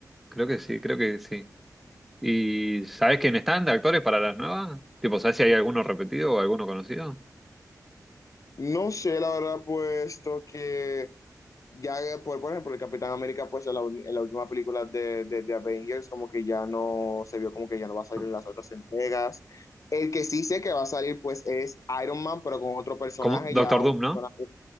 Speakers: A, in the centre; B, on the left.
A: Creo que sí, creo que sí. ¿Y sabés quién están de actores para las nuevas? Tipo, ¿sabés si hay alguno repetido o alguno conocido?
B: No sé, la verdad, puesto que ya, por, por ejemplo, el Capitán América, pues en la, ul- en la última película de, de, de Avengers, como que ya no se vio como que ya no va a salir
A: No.
B: en las otras entregas. El que sí sé que va a salir, pues es Iron Man, pero con otro personaje,
A: Como Doctor
B: ya un
A: Doom, ¿no?
B: personaje,